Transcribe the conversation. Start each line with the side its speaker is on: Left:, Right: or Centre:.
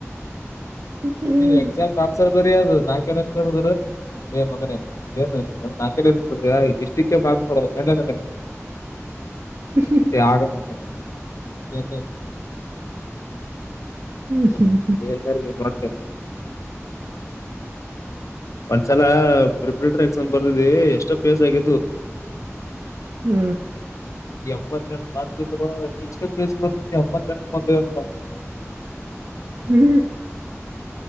Right: ಹ್ಮ್
Left: ನೀನ್ ಎಕ್ಸಾಕ್ಟ್ ಆನ್ಸರ್ ಬರಿ ಅದು ನಾ ನ್ ಬರು ಏ ಮಗನ ಇದೇನು ನಾಕಲಷ್ಟ ೆ ಬಾಗ್ಡಬೇಕಲ್ಲ
Right: ಹ
Left: ಆಗಲ್ ಇು
Right: ಹ್ಮ್
Left: ಹ ಎಲ್ಲೂ ಮಾಡ ಒಂದ್ಸಲ ಪ್ರಿಪರೇಟರಿ ಎಕ್ಸಾಮ್ ಬರ್ದಿ ಎಷ್ಟೋ ಪೇಸ್ ಆಗಿದ್ವು
Right: ಹೂ
Left: ಎಂಬತ್ತ್ತೆಂಟು ನಾ ಇಷ್ಟಸ್ ಬರ ಎಂಬತ್ತ್ತೆಂಟ ಬಂದೇವ ನಾವು
Right: ಹೂ